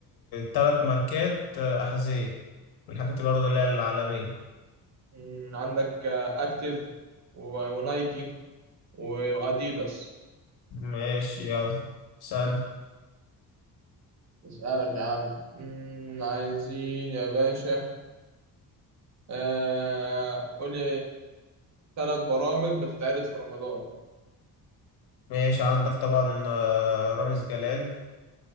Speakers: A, on the left; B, on the right.
A: ثلاث ماركات آه، أحذية من الحاجات برضه اللي هي العالمية
B: مم، عندك آه، اكتيف و- ونايكي و- واديداس
A: ماشي يلا سأل
B: اسألك يا عم مم، عايزين يا باشا آه قولي ثلاث برامج بتتعرض في رمضان
A: ماشي عندك طبعا آه، رامز جلال